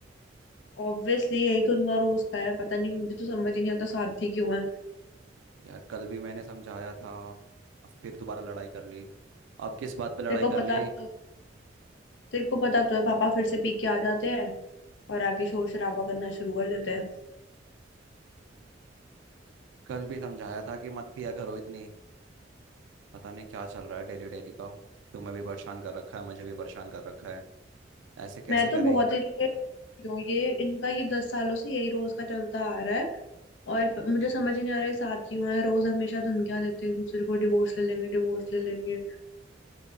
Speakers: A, on the left (about 75°); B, on the right (about 80°).
A: ऑब्वियसली यही तो उनका रोज का है पता नहीं मुझे तो समझ ही नहीं आता साथी क्यों है
B: यार कल भी मैंने समझाया था अब फिर दोबारा लड़ाई कर ली अब किस बात पे लड़ाई
A: तेरे को
B: कर ली
A: पता तो तेरे को पता तो है पापा फिर से पी के आ जाते हैं और आके शोर शराबा करना शुरू कर देते हैं
B: कल भी समझाया था कि मत पिया करो इतनी पता नहीं क्या चल रहा है डेली डेली का तुम्हें भी परेशान कर रखा है मुझे भी परेशान कर रखा है ऐसे कैसे
A: मैं तो
B: करेंगे
A: बहुत इरिटेट हूँ ये इनका ये दस सालों से यही रोज का चलता आ रहा है और प- मुझे समझ ही नहीं आ रहा है ये साथ क्यों है रोज हमेशा धमकियां देते हैं एक दूसरे को डिवोर्स ले लेंगे डिवोर्स ले लेंगे